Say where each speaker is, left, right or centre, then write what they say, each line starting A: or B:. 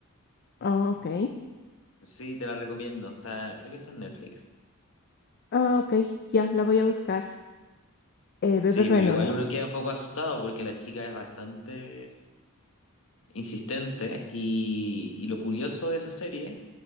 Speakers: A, on the left; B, on the left.
A: Ah, ok.
B: Sí, te la recomiendo, está, creo que está en Netflix.
A: Ah, ok, ya, la voy a buscar. Eh, Bebé
B: Sí,
A: Reno,
B: pero igual
A: ¿no?
B: uno queda un poco asustado porque la chica es bastante insistente y, y lo curioso de esa serie